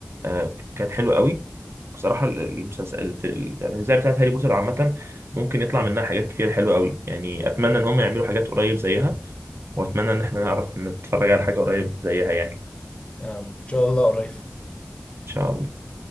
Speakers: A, on the right; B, on the left.
A: آه كان حلو قوي بصراحه ال- المسلسل الف- الاجزاء بتاعت هاري بوتر عامه ممكن يطلع منها حاجات كتير حلوه قوي يعني اتمنى ان هم يعملوا حاجات قريب زيها واتمنى ان احنا نعرف نتفرج على حاجه قريب زيها يعني
B: آم، ان شاء الله قريب
A: ان شاء الله